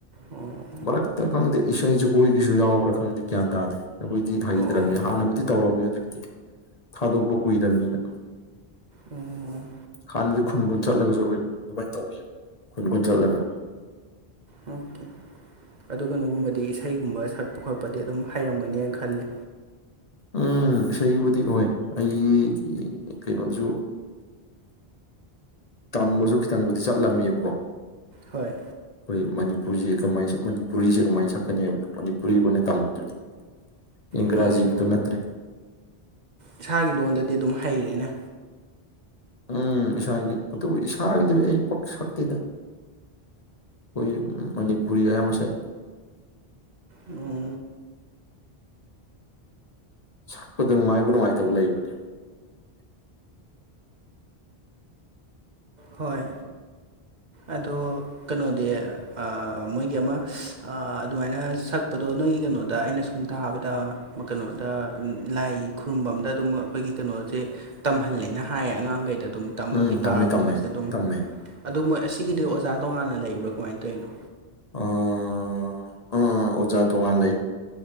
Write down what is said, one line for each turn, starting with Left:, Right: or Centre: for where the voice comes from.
Right: ꯑꯣ
Left: ꯃꯔꯛꯇ ꯈꯪꯗꯦ ꯏꯁꯩ ꯖꯒꯣꯏꯒꯤꯁꯨ ꯌꯥꯎꯕ꯭ꯔꯥ ꯈꯪꯗꯦ ꯒ꯭ꯌꯥꯟ ꯇꯥꯗꯦ ꯑꯩꯈꯣꯏꯗꯤ ꯍꯩꯇ꯭ꯔꯕꯅꯤ
Right: ꯑꯣ
Left: ꯍꯥꯟꯅꯕꯨꯗꯤ ꯇꯧꯔꯝꯃꯦ ꯍꯧꯖꯤꯛꯇꯤ ꯊꯥꯗꯣꯛꯄ ꯀꯨꯏꯔꯕꯅꯤꯅ
Right: ꯎꯝ
Left: ꯍꯥꯟꯅꯗꯤ ꯈꯨꯟ ꯒꯨꯟ ꯆꯠꯂꯒꯁꯨ ꯑꯩꯈꯣꯏ ꯑꯗꯨꯃꯥꯏꯅ ꯇꯧꯋꯦꯕ ꯈꯨꯟ ꯀꯨꯟ ꯆꯠꯂꯒ
Right: ꯑꯣꯀꯦ ꯑꯗꯨ ꯀꯩꯅꯣꯒꯨꯝꯕꯗꯤ ꯏꯁꯩꯒꯨꯝꯕ ꯁꯛꯄ ꯈꯣꯠꯄꯗꯤ ꯑꯗꯨꯝ ꯍꯩꯔꯝꯒꯅꯦꯅ ꯈꯜꯂꯦ
Left: ꯎꯝ ꯏꯁꯩꯕꯨꯗꯤ ꯍꯣꯏ ꯑꯩꯒꯤ ꯀꯩꯅꯣꯗꯨꯁꯨ ꯇꯝꯕꯁꯨ ꯈꯤꯇꯪꯕꯨꯗꯤ ꯆꯠꯂꯝꯃꯦꯕꯀꯣ
Right: ꯍꯣꯏ
Left: ꯑꯩꯈꯣꯏ ꯃꯅꯤꯄꯨꯔꯁꯦ ꯀꯃꯥꯏꯟ ꯁꯛ ꯃꯅꯤꯄꯨꯔꯤꯁꯦ ꯀꯃꯥꯏꯂ ꯁꯛꯀꯅꯤ ꯍꯥꯏꯕꯗ ꯃꯅꯤꯄꯨꯔꯤ ꯑꯣꯏꯅ ꯇꯝꯕꯗꯨꯗꯤ ꯏꯪꯒꯔꯥꯖꯤꯒꯤꯗꯨ
Right: ꯑꯣ
Left: ꯅꯠꯇ꯭ꯔꯦ
Right: ꯏꯁꯥꯒꯤ ꯂꯣꯟꯗꯗꯤ ꯑꯗꯨꯝ ꯍꯩꯔꯦꯅꯦ
Left: ꯎꯝ ꯏꯁꯥꯒꯤ ꯑꯗꯨꯕꯨ ꯏꯁꯥꯒꯤꯗꯤ ꯑꯩ ꯄꯛ ꯁꯛꯇꯦꯗ ꯈꯣꯏ ꯃꯅꯤꯄꯨꯔꯤ ꯑꯌꯥꯝꯕ ꯁꯛꯏ
Right: ꯎꯝ
Left: ꯁꯛꯄꯗ ꯅꯨꯡꯉꯥꯏꯕ ꯅꯨꯡꯉꯥꯏꯇꯕ ꯂꯩꯕꯅꯦꯕ
Right: ꯍꯣꯏ ꯑꯗꯣ ꯀꯩꯅꯣꯗꯤ ꯑ ꯃꯣꯏꯒꯤ ꯑꯃ ꯑꯗꯨꯃꯥꯏꯅ ꯁꯛꯄꯗꯣ ꯅꯣꯏꯒꯤ ꯀꯩꯅꯣꯗ ꯑꯩꯅ ꯁꯨꯝ ꯇꯥꯕꯗ ꯑꯃ ꯀꯩꯅꯣꯗ ꯂꯥꯏ ꯈꯨꯔꯨꯝꯕꯝꯗ ꯑꯗꯨꯝ ꯑꯩꯈꯣꯏꯒꯤ ꯀꯩꯅꯣꯖꯦ ꯇꯝꯍꯜꯂꯦꯅ ꯍꯥꯏꯌꯦ ꯑꯉꯥꯡꯒꯩꯗ ꯑꯗꯨꯝ ꯇꯝꯕ
Left: ꯎꯝ
Right: ꯒꯤꯇꯥꯔꯒꯨꯝꯕꯁꯦ
Left: ꯇꯝꯃꯦ ꯇꯝꯃꯦ
Right: ꯑꯗꯨꯝ
Left: ꯇꯝꯃꯦ
Right: ꯑꯗꯣ ꯃꯣꯏ ꯑꯁꯤꯒꯤꯗꯤ ꯑꯣꯖꯥ ꯇꯣꯉꯥꯟꯅ ꯂꯩꯕ꯭ꯔꯥ ꯀꯃꯥꯏꯟ ꯇꯧꯋꯤꯅꯣ
Left: ꯑꯥ ꯑ ꯑꯣꯖꯥ ꯇꯣꯉꯥꯟ ꯂꯩ